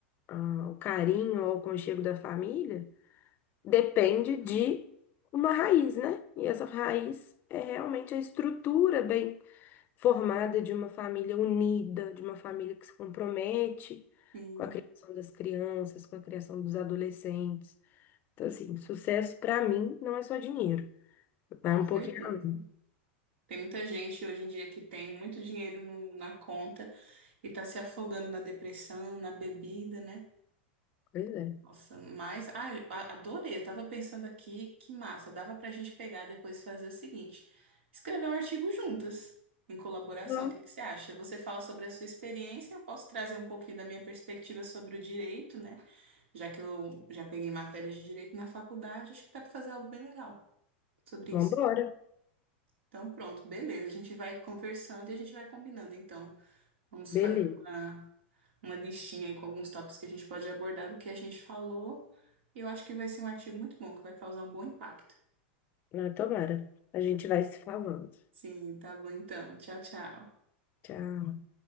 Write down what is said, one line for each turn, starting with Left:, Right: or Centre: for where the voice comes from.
Left: a- o carinho, ao aconchego da família, depende de uma raiz, né? E essa raiz é realmente a estrutura bem formada de uma família unida, de uma família que se compromete
Right: Sim,
Left: com a criação das crianças, com a criação dos adolescentes. Então, assim, sucesso para mim não é só dinheiro,
Right: com
Left: vai um
Right: certeza.
Left: pouquinho além.
Right: Tem muita gente hoje em dia que tem muito dinheiro no- na conta e tá se afogando na depressão, na bebida, né?
Left: Pois é.
Right: Nossa, mas ah, eu a- adorei. Eu tava pensando aqui, que massa, dava pra gente pegar depois e fazer o seguinte: escrever um artigo juntas, em colaboração.
Left: Bom,
Right: O que que você acha? Você fala sobre a sua experiência, eu posso trazer um pouquinho da minha perspectiva sobre o direito, né? Já que eu já peguei matérias de direito na faculdade, acho que dá pra fazer algo bem legal sobre
Left: vamos
Right: isso.
Left: embora.
Right: Então, pronto, beleza. A gente vai conversando e a gente vai combinando. Então, vamos
Left: Beleza.
Right: fazer uma, uma listinha aí com alguns tópicos que a gente pode abordar do que a gente falou. Eu acho que vai ser um artigo muito bom, que vai causar um bom impacto.
Left: Não, tomara. A gente vai se falando.
Right: Sim, tá bom então. Tchau, tchau.
Left: Tchau.